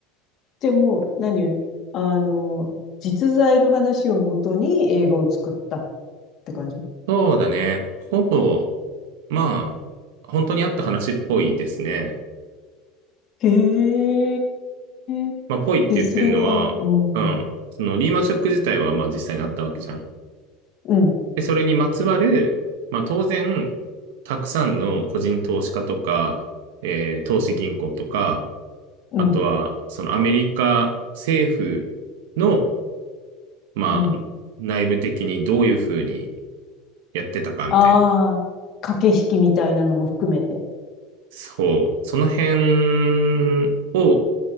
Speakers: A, on the left; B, on the right.
A: でも、何あの、実在の話をもとに映画を作ったって感じ
B: そうだね。ほぼ、まあ、本当にあった話っぽいですね。
A: へえ。
B: まあ、ぽいって言ってるのは、
A: で、それが、うん、
B: うん。そのリーマンショック自体はまあ実際にあったわけじゃん。
A: うん、
B: で、それにまつわる、まあ当然、たくさんの個人投資家とか、えー投資銀行とか、
A: うん、
B: あとは、そのアメリカ政府の、まあ、
A: うん。
B: 内部的にどういうふうにやってたかみたいな。
A: ああ、駆け引きみたいなのも含めて。
B: そう。その辺を